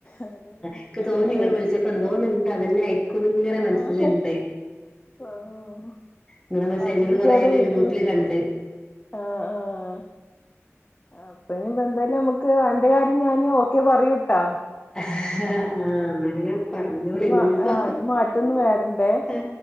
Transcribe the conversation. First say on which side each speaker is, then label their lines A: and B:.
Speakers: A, on the left (about 30°); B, on the left (about 15°).
A: ആഹ് അതാ ഞാൻവിളിച്ച്
B: ഇക്ക് തോന്നി
A: നോക്കിയത്
B: നിങ്ങൾ വിളിച്ചപ്പോ എന്തോന്നുണ്ട് അതന്നേ ങ്ങനെ
A: ആഹ്
B: മനസ്സിലുണ്ട്
A: ആഹ്
B: ഇങ്ങളെ മെസ്സേജുകള്
A: പതിവില്ലാതെ
B: കൊറേ <unintelligible> <unintelligible>
A: വിളിക്കും
B: രണ്ട്
A: ആഹ് ആഹ്. അപ്പ ഇനി എന്തായാലും നമുക്ക് അന്റെ കാര്യം ഞാൻ ഇനി ഓക്കെ പറയൂട്ടൊ
B: ആഹ് ഇന്നങ്ങനെ പറഞ്ഞോളി
A: ഏഹ് ഇനി
B: എന്നാഞ്ഞിപ്പൊ
A: ആഹ് ഇനി മാറ്റൊന്നും വരണ്ടേ
B: ആ